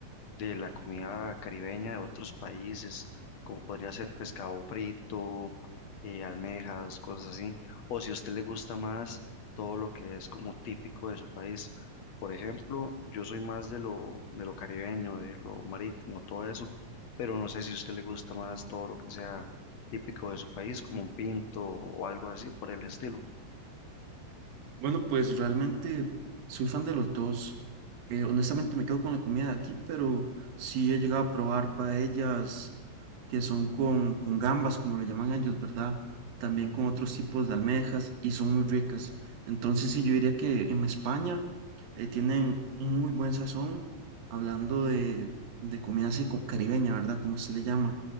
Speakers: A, on the left (about 55°); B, on the right (about 75°).
A: de la comida caribeña de otros países, como podría ser pescado frito, eh, almejas, cosas así. O si a usted le gusta más todo lo que es como típico de su país. Por ejemplo, yo soy más de lo, de lo caribeño, de lo marítimo, todo eso, pero no sé si a usted le gusta más todo lo que sea típico de su país, como un pinto o algo así por el estilo.
B: Bueno, pues realmente soy fan de los dos. Eh, honestamente me quedo con la comida de aquí, pero sí he llegado a probar paellas, que son con, con gambas, como lo llaman ellos, ¿verdad? También con otros tipos de almejas y son muy ricas. Entonces, sí, yo diría que en España eh, tienen un muy buen sazón, hablando de, de comida así co- caribeña, ¿verdad? Como se le llama.